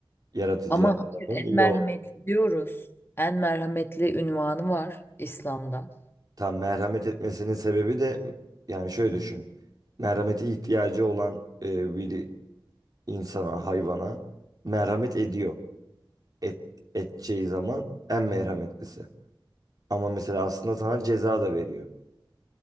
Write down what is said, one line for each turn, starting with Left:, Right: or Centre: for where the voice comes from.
Right: Yaratıcı
Left: Ama
Right: Allah'ın
Left: hayır en
Right: iyi
Left: merhametli
Right: olduğunu.
Left: diyoruz. En merhametli unvanı var İslam'da.
Right: Tam merhamet etmesinin sebebi de yani şöyle düşün. Merhamete ihtiyacı olan e, bir insana, hayvana merhamet ediyor. et, edeceği zaman en merhametlisi. Ama mesela aslında sana ceza da veriyor.